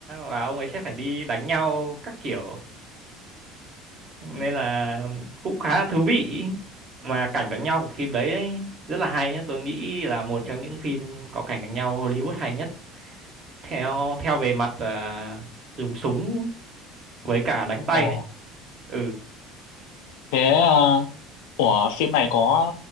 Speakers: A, on the right; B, on the left.
A: và ông ấy sẽ phải đi đánh nhau các kiểu nên là cũng khá là thú vị mà cảnh đánh nhau của phim đấy ấy, rất là hay nhá tôi nghĩ là một trong những phim có cảnh đánh nhau Hollywood hay nhất theo theo về mặt à, dùng súng với cả đánh tay
B: ồ
A: ấy. ừ
B: thế à, ủa phim này có